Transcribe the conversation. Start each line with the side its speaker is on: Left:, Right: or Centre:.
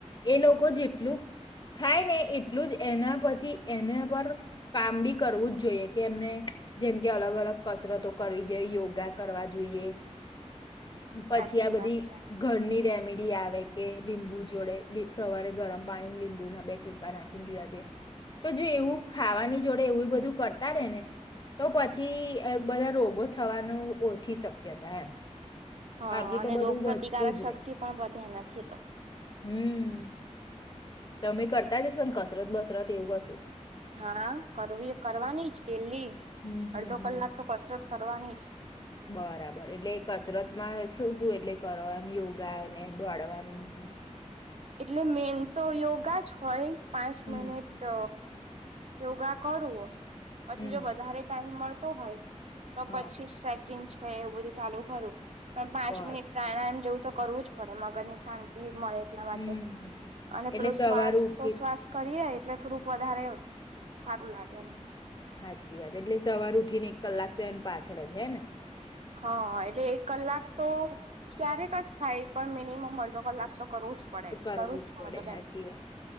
Left: એ લોકો જેટલું થાય ને એટલું જ એના પછી, એના પર કામ બી કરવું જ જોઈએ, કે એમને જેમ કે અલગ, અલગ કસરતો કર જઈ, યોગા કરવા જોઈએ પછી,
Right: સાચી
Left: આ બધી
Right: વાત છે
Left: ઘની રેમેડી આવે કે લીંબુ, જોડે સવારે ગરમ પાણી લીંબુના બે ટીપા નાખીને પીવા તો જો એવું ખાવાની જોડે, એવું બધું કરતા રે ને તો પછી બધા રોગો થવાનું, ઓછી શક્યતા એમ
Right: હા,
Left: બાકી
Right: અને
Left: તો બધું
Right: રોગ
Left: વધતું
Right: પ્ર્રતિકારક શક્તિ પણ વધે નથી, તો
Left: હુમ તોમે કરતા હસો કસરત બસરત એવું કસુ
Right: હા કરવી કરવાની જ ડેલી
Left: હમ હમ
Right: અડધો
Left: હમ.
Right: કલાક તો કસરત કરવાની જ.
Left: બરાબર એટલે કસરત માં શું શું એટલે કરો એમ યોગા એને દોડવાનું <inaudible>
Right: એટલે મેન તો યોગા જ હોય પાંચ
Left: હમ.
Right: મિનિટ યોગા કરું પછી
Left: હમ
Right: જો વધારે ટાઈમ મળતો હોય તો
Left: હા
Right: પછી સ્ટ્રેચિંગ છે એવું બધું ચાલુ કરું પણ પાંચ
Left: બર
Right: મિનિટ કારણે એમ જવું તો કરવું જ પડે મગજ ને શાંતિ મળે એટલા માટે
Left: હમ. હમ.
Right: અને
Left: એટલે
Right: પેલો
Left: સવારે
Right: શ્વાસ
Left: ઉઠી
Right: શ્વાસ કરીએ એટલે થોડુંક વધારે સારું લાગે એમ
Left: સાચી વાત એટલે સવાર ઉઠી ને એક કલાક તો એને પાછળ જ હે ને
Right: હા એટલે એક કલાક તો ક્યારેક જ થાય પણ મિનિમમ અડધો કલાક તો કરવું જ પડે
Left: કરવું
Right: કરું
Left: જ
Right: છું
Left: પડે
Right: મતલબ એમ
Left: સાચી વાત